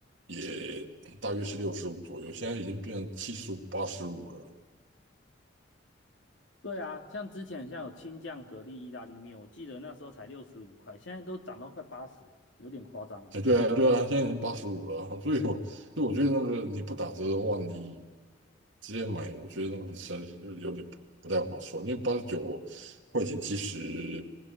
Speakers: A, on the right (about 80°); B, on the left (about 75°).
A: 也大约是六十五左右，现在已经变成七十五、八十五了。
B: 对啊，像之前像有青酱蛤蜊意大利面，我记得那时候才六十五块，现在都涨到快八十欸，有点夸张。
A: 哎，对啊，对啊，现在经八十五了啊所以我，所以我觉得那个你不打折的话，你直接买，我觉得那个实在是有点不不太划算，因为八十九块钱其实